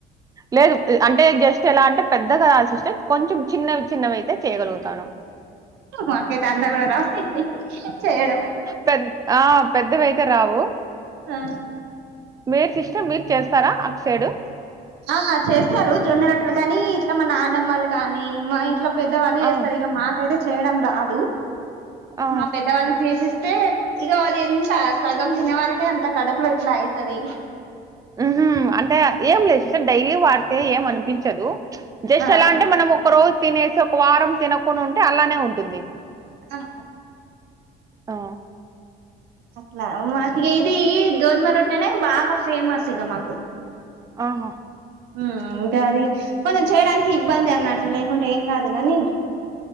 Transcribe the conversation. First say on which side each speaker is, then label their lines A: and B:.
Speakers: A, on the right; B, on the right.
A: లేదు అంటే జస్ట్ ఎలా అంటే పెద్దగ రా సిస్టర్ కొంచెం చిన్నవి చిన్నవి అయితే చేయగలుగుతాను
B: మాకైతే అంతా కూడ రావ్ చేయడం
A: పెద్ ఆ పెద్దవయితే రావు
B: ఆ
A: మీరు సిస్టర్ మీరు చేస్తార అట్ సైడు
B: ఆ చేస్తారు జొన్న రొట్టలు కానీ ఇట్ల మా నాన్నమ్మలు కానీ మా ఇట్లా పెద్దవాళ్ళు చేస్తారు
A: ఆ,
B: ఇక మాకైతే చేయడం రాదు
A: ఆ,
B: మా పెద్దవాళ్ళు చేసిస్తే ఇగ అది ఎంత సగం తినే వరకే ఎంత కడపులో ఇట్లా అయితది
A: ఉహు అంటే ఏం లేదు డైలీ వాడితే ఏమి అనిపించదు జస్ట్
B: ఆ
A: ఎలా అంటే మనం ఒక రోజు తినేసి ఒక వారం తినకుండా ఉంటే అలానే ఉంటుంది
B: ఆహ
A: ఆ,
B: అట్ల మాకు ఇది ఈ గోధుమ రొట్టెనే బాగా ఫేమస్ ఇగ మాకు
A: ఆహ
B: ఉమ్ ఇంక అది కొంచం చేయడానికి ఇబ్బంది అన్నట్టు లేకుంటే ఏం గాదు గాని